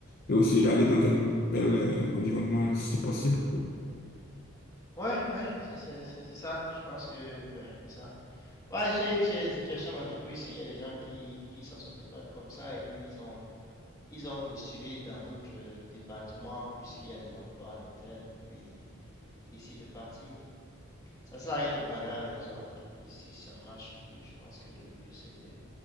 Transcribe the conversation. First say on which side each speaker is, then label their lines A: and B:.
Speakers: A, on the left; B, on the left.
A: et aussi aller dans un nouvel euh, environnement si possible.
B: Ouais, ouais, c'est c'est- c'est- c'est ça. Je pense que, ouais, c'est ça. Ouais, j'ai eu ces situations d'entreprise, il y a des gens qui qui s'en sortaient pas comme ça et puis ils ont Ils ont postulé dans d'autres euh, départements puisqu'il y a des emplois en interne et puis ils décident de partir. Ça ne sert à rien de bagarrer avec les gens en entreprise. Si ça ne marche plus, je pense que le mieux c'est de,